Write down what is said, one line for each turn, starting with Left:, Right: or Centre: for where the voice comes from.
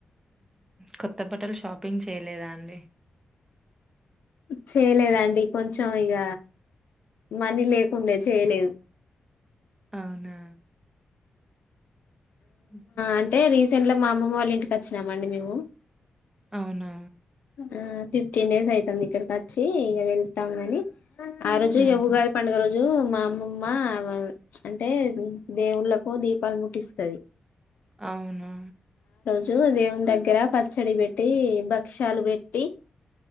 Right: కొత్త బటలు షాపింగ్ చేయలేదా అండి.
Left: చేయలేదండి కొంచెం ఇక మనీ లేకుండే చేయలేదు.
Right: అవునా. హ్మ్.
Left: అంటే రీసెంట్ లా మా అమ్మమ్మ వాళ్ళ ఇంటికి వచ్చినామండి మేము.
Right: అవునా.
Left: ఆ ఫిఫ్టీన్ డేస్ అవుతుంది ఇక్కడికి వచ్చి ఇక వెళ్తాముని ఆ రోజు
Right: హుహు.
Left: ఇక ఉగాది పండుగ రోజు రోజు మా అమ్మమ్మ అంటే దేవుళ్ళలకు దీపాలు ముట్టిస్తుది
Right: అవునా
Left: జు దేవుని దగ్గర పచ్చడి పెట్టి భక్ష్యాలు పెట్టి